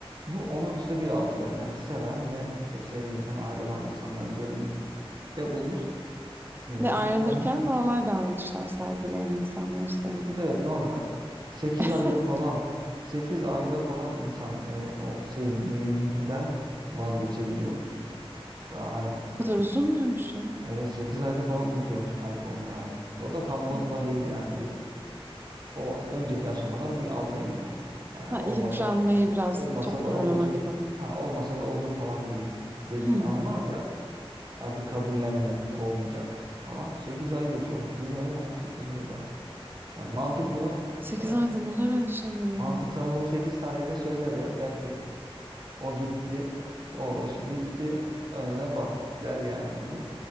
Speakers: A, on the right; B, on the right.
A: Bu onun işte bir altı böyle hani seven ve işte sevdiğinden ayrılan insanlar üzerinde yapılmış. Ee,
B: Ve ayrılırken
A: insanlar
B: normal davranışlar sergileyen insanlar üzerinde.
A: Evet evet, normal. 8
B: <laughs>
A: ayda falan 8 ayda falan insan e, o sevdiğinden vazgeçebiliyormuş. Daha hani
B: Bu kadar uzun muymuş ya?
A: evet 8 ayda falan unutuyormuş kalp onu yani. O da tam unutma
B: Hı.
A: değil yani bir o önceki aşamadan bir alta iniyor. Yani
B: Ha,
A: olmasa
B: yıpranmayı biraz
A: olmasa
B: toparlama
A: da olur.
B: gibi mi?
A: Ha olmasa da olur falan gibi dediğin
B: Hı.
A: an var ya artık kabullenme olmayacak falan. sekiz ay geçiyormuş. Bu ne ya 8 ayda? Yani mantık bunu
B: 8
A: sana
B: ayda neler yaşanır ya?
A: Mantık sana bunu 8 saniyede söyler ya. Der ki o gitti, o iş bitti, önüne bak der yani bunu.